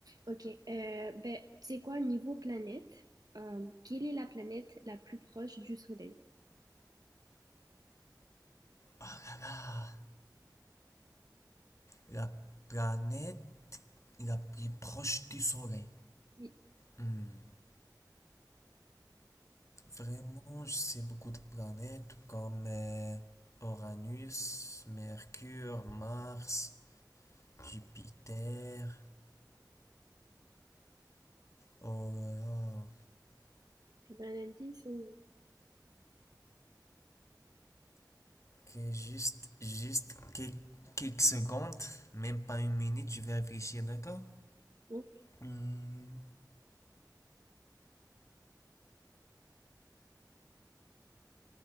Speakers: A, on the right; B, on the left.
A: Ok, euh, ben, tu sais quoi, niveau planète, euh, quelle est la planète la plus proche du Soleil?
B: Oh là là, la planète la plus proche du Soleil.
A: Oui,
B: Hmm. Vraiment, je sais beaucoup de planètes comme euh, Uranus, Mercure, Mars. Jupiter. Oh là là.
A: tu veux un indice ou...
B: Que juste, juste quel- quelques secondes, même pas une minute, je vais réfléchir, d'accord?
A: Non?
B: Hmm.